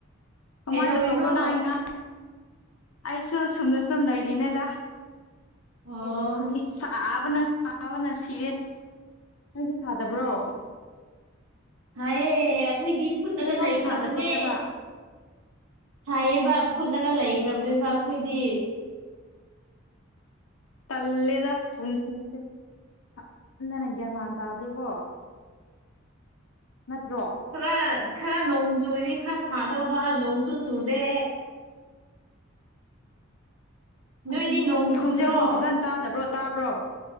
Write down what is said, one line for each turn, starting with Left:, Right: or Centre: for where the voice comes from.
Left: ꯀꯃꯥꯏꯅ
Right: ꯀꯩꯗꯧꯔꯤꯅꯣ
Left: ꯇꯧꯔꯕ꯭ꯔꯣ ꯅꯍ ꯑꯩ ꯉꯥ ꯑꯩꯁꯨ ꯁꯨꯝꯗ ꯁꯨꯝ ꯂꯩꯔꯤꯅꯦꯗ
Right: ꯑꯣ
Left: ꯀꯩꯗꯧꯔꯨꯅꯤ ꯆꯕꯅ ꯁꯥꯕꯅ ꯁꯤꯔꯦ ꯅꯗꯤ ꯁꯥꯗꯕ꯭ꯔꯣ
Right: ꯁꯥꯏꯑꯦ ꯑꯩꯈꯣꯏꯗꯤ ꯐꯨꯠꯇꯒ
Left: ꯅꯣꯏꯔꯣꯝ
Right: ꯂꯩꯈ꯭ꯔꯕꯅꯦ
Left: ꯁꯥꯗꯕ꯭ꯔꯣ ꯍꯥꯏꯕ
Right: ꯁꯥꯏꯌꯦ ꯕ ꯐꯨꯠꯂꯒ ꯂꯩꯈ꯭ꯔꯕꯅꯦꯕ ꯑꯩꯈꯣꯏꯗꯤ
Left: ꯇꯂꯦꯗ ꯄꯨꯟꯁꯤꯁꯦ ꯁꯥꯃꯟꯗꯅ ꯒ꯭ꯌꯥꯃꯥꯟ ꯇꯥꯗꯦꯀꯣ ꯅꯠꯇ꯭ꯔꯣ
Right: ꯈꯔ ꯈꯔ ꯅꯣꯡ ꯆꯨꯗꯤ ꯈꯔ ꯐꯥꯗꯧꯕ
Left: ꯑꯩ
Right: ꯅꯣꯡ ꯆꯨ ꯆꯨꯗꯦ ꯅꯣꯏꯗꯤ
Left: ꯑꯗꯨꯅꯤ
Right: ꯅꯣꯡ
Left: ꯑꯩꯒꯤ
Right: ꯆꯨꯗ꯭ꯔꯣ
Left: ꯈꯣꯟꯖꯦꯜꯁꯤꯕꯨ ꯐꯖꯅ ꯇꯥꯗꯕ꯭ꯔꯣ ꯇꯥꯕ꯭ꯔꯣ